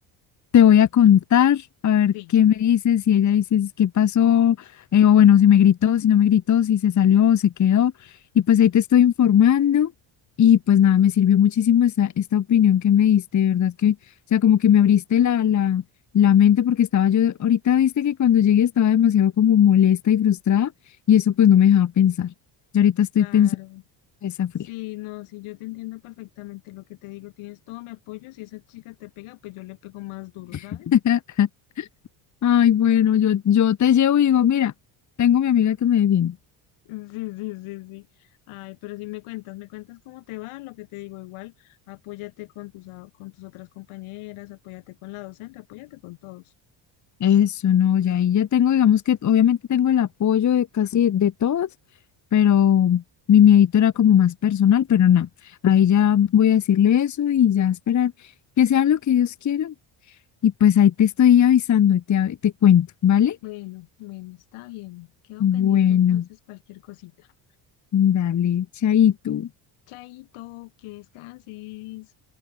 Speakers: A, on the left; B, on the left.
A: Te voy a contar, a ver
B: Sí,
A: qué me dices, si ella dice qué pasó, eh, o bueno, si me gritó, si no me gritó, si se salió o se quedó. Y pues ahí te estoy informando. Y pues nada, me sirvió muchísimo esta, esta opinión que me diste, de verdad que, o sea, como que me abriste la, la, la mente porque estaba yo, ahorita viste que cuando llegué estaba demasiado como molesta y frustrada y eso pues no me dejaba pensar. Yo ahorita estoy
B: claro.
A: pensando en esa fría.
B: Sí, no, sí, yo te entiendo perfectamente lo que te digo, tienes todo mi apoyo, si esa chica te pega, pues yo le pego más duro, ¿sabes?
A: <laughs> Ay, bueno, yo, yo te llevo y digo, mira, tengo mi amiga que me defiende.
B: Sí, sí, sí, sí. Ay, pero sí me cuentas, me cuentas cómo te va, lo que te digo, igual, apóyate con tus, a- con tus otras compañeras, apóyate con la docente, apóyate con todos.
A: Eso no, ya ahí ya tengo, digamos que obviamente tengo el apoyo de casi de todas, pero mi miedito era como más personal, pero nada, ahí ya voy a decirle eso y ya esperar que sea lo que Dios quiera. Y pues ahí te estoy avisando y te, te cuento, ¿vale?
B: Bueno, bueno, está bien. Quedo
A: Bueno,
B: pendiente entonces cualquier cosita.
A: dale, chaito.
B: Chaito, que descanses.